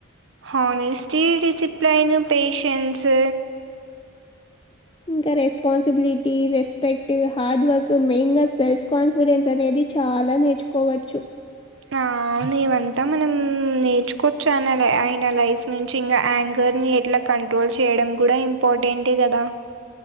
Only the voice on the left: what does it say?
ఇంకా responsibility respect hard work main గా సెల్ఫ్ కాన్ఫిడెన్స్ అనేది చాలా నేర్చుకోవచ్చు